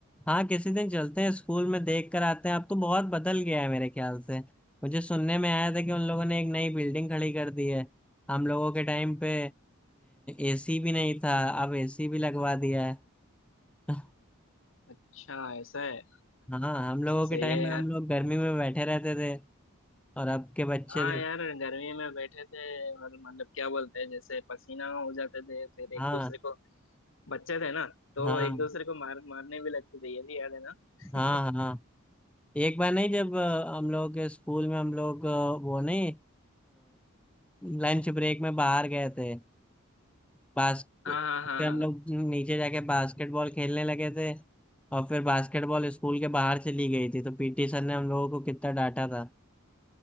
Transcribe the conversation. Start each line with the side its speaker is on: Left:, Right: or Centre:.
Centre: हाँ किसी दिन चलते हैं स्कूल में देख कर आते हैं अब तो बहुत बदल गया है मेरे ख्याल से मुझे सुनने में आया था कि उन लोगों ने एक नई बिल्डिंग खड़ी कर दी है हम लोगों के टाइम पे एसी भी नहीं था अब एसी भी लगवा दिया है <laughs>
Left: अच्छा ऐसा है
Centre: हाँ हम लोगों के
Left: सही
Centre: टाइम
Left: है
Centre: में
Left: यार
Centre: हम लोग गर्मी में बैठे रहते थे और अब के बच्चे
Left: हाँ
Centre: देख
Left: यार गर्मी में बैठे थे और मतलब क्या बोलते हैं जैसे पसीना हो जाते थे फिर एक
Centre: हाँ
Left: दूसरे को बच्चे थे ना तो
Centre: हाँ
Left: एक दूसरे को मार मारने भी लगते थे ये भी याद है ना <laughs>
Centre: हाँ हाँ एक बार नहीं जब अ, हम लोग के स्कूल में हम लोग अ, वो नहीं लंच ब्रेक में बाहर गए थे बास्केट
Left: हाँ हाँ हाँ
Centre: फिर हम
Left: हाँ
Centre: लोग नीचे जाके बास्केटबॉल खेलने लगे थे और फिर बास्केटबॉल स्कूल के बाहर चली गई थी तो पीटी सर ने हम लोगों को कितना डांटा था